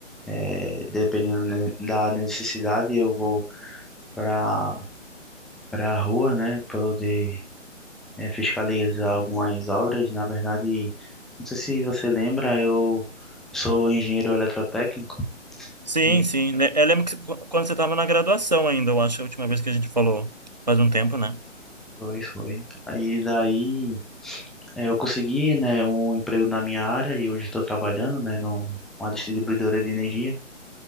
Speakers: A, in the centre; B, on the right.
A: É, dependendo ne- da necessidade, eu vou para para a rua, né, poder é, fiscalizar algumas obras. Na verdade, não sei se você lembra, eu sou engenheiro eletrotécnico.
B: Sim,
A: E
B: sim. Le- Eu lembro que qu- quando você estava na graduação ainda, eu acho, a última vez que a gente falou, faz um tempo, né?
A: foi, foi. Aí daí é, eu consegui, né, um emprego na minha área e hoje estou trabalhando, né, numa distribuidora de energia.